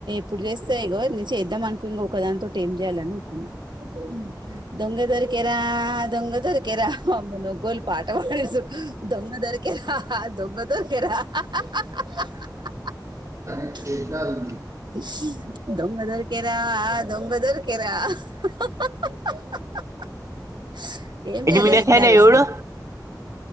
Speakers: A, on the right (about 85°); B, on the right (about 45°).
A: ఇప్పుడు జేస్త ఈగో చేద్దాం అనుకో ఇగో ఒక దాని తోటి ఏం జేయాలని కున్న ఉమ్ దొంగ దొరికేరా దొంగ దొరికేరా అమ్మో నొగ్గోలు పాట పాడిస్తుర్రు దొంగ దొరికేరా హ హ దొంగ దొరికేరా హ హ హ హ హ హ హ హ
B: ఆ గేట్ కాడ ఉంది
A: దొంగ దొరికేరా దొంగ దొరికేరా హ హ హ హ హ హ హ హ హ ఏం జేయాలే
B: ఎనిమిదేశాయినయి
A: ఇట్లా <unintelligible>
B: చూడు
A: అరుస్తు